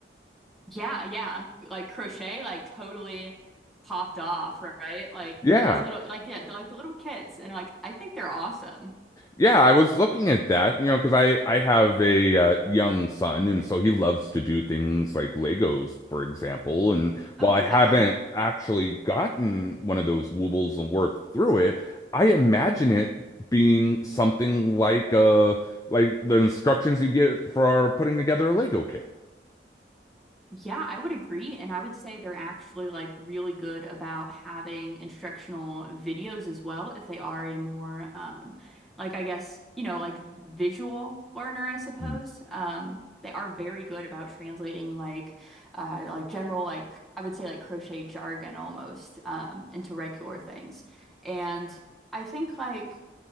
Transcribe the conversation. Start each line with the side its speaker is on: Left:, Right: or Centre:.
Centre: Yeah, yeah. Like crochet, like totally popped off, right? Like
Left: Yeah,
Centre: and those little like yeah, the, like the little kits and like I think they're awesome.
Left: Yeah, I was looking at that, you know, because I I have a uh, young son, and so he loves to do things like Legos, for example. And while
Centre: Oh
Left: I
Centre: yeah.
Left: haven't actually gotten one of those Woobles and worked through it, I imagine it being something like uh like the instructions you get for putting together a Lego kit.
Centre: Yeah, I would agree. And I would say they're actually like really good about having instructional videos as well, if they are a more um like I guess, you know, like visual learner, I suppose.
Left: Mm,
Centre: Um they are very good about translating like uh like general like I would say like crochet jargon almost um into regular things. And I think like